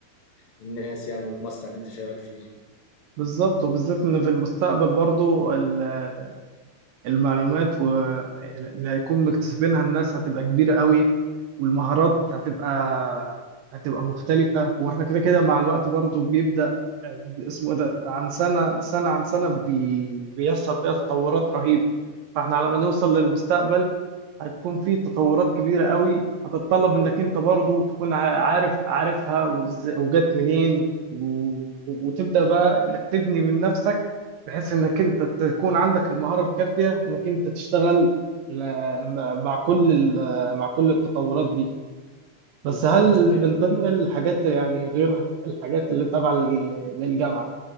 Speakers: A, on the left; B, on the right.
A: للناس يعني والمصنع اللي انت شغال فيه
B: بالظبط وبالذات ان في المستقبل برضو ال- المعلومات و- اللي هيكون مكتسبينها الناس هتبقى كبيرة قوي والمهارات هتبقى هتبقى مختلفة واحنا كده كده مع الوقت برضو بيبدأ آه، اسمه إيه ده عن سنة سنة عن سنة بي بيحصل فيها تطورات رهيبة فاحنا على ما نوصل للمستقبل هتكون في تطورات كبيرة قوي هتتطلب انك انت برضو تكون عا- عارف عارفها وإز- وجت منين و- وتبدأ بقى انك تبني من نفسك بحيث انك انت تكون عندك المهارة الكافية انك انت تشتغل ل- مع مع كل ال- مع كل التطورات دي
A: بالظبط
B: بس هل
A: كده
B: من ضمن الحاجات يعني غير الحاجات اللي تابعة لل- للجامعة